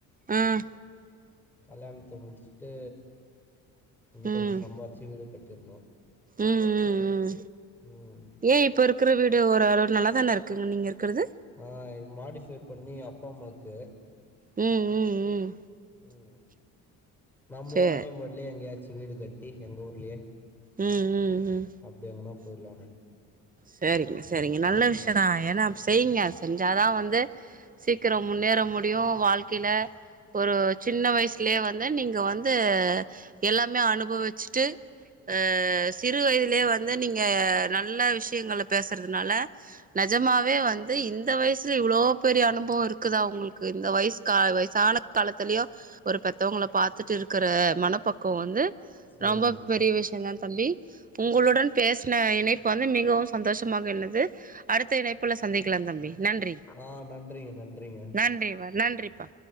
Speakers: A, on the right; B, in the centre.
A: ம்
B: கல்யாணத்த முடிச்சுட்டு இன்னு
A: ம்
B: கொஞ்சோ சம்பாரிச்சு வீடு கட்டிரனு
A: ம் ம் ம்
B: ம்
A: ஏ இப்ப இருக்கிற வீடு ஓரளவு நல்லா தானே இருக்குங்க நீங்க இருக்கிறது
B: ஆ இது மாடிஃபை பண்ணி அப்பா அம்மாவுக்கு
A: ம் ம் ம்
B: ம் நம்போ
A: சேர்
B: வாானியம்பாடிலயே எங்கயாச்சு வீடு கட்டி எங்க ஊர்லயே
A: ம் ம் ம்
B: அப்டி எங்கனா போயிட்லானு
A: சேரிங்க சேரிங்க நல்ல விஷய தா ஏனா செய்ங்க செஞ்சாதா வந்து சீக்கிரோ முன்னேற முடியு வாழ்க்கைல ஒரு சின்ன வயசுலயே வந்து நீங்க வந்து எல்லாமே அனுபவிச்சுட்டு ஆ சிறு வயதுலேயே வந்து நீங்க நல்ல விஷயங்கள பேசுறதுனால நெஜமாவே வந்து இந்த வயசுல இவ்ளோ பெரிய அனுபவ இருக்குதா ஒங்களுக்கு இந்த வயசுக்கா வயசான காலத்திலயோ ஒரு பெத்தவங்கள பாத்துட்டு இருக்கிற மனப்பக்குவ வந்து
B: இருக்கோ சேரிங்க
A: ரொம்ப பெரிய விஷய தா தம்பி உங்களுடன் பேசுன இணைப்பு வந்து மிகவு சந்தோஷமாக உள்ளது அடுத்த இணைப்புல சந்திக்கலா தம்பி நன்றி
B: ஆ நன்றிங்க நன்றிங்க
A: நன்றி வ நன்றிப்பா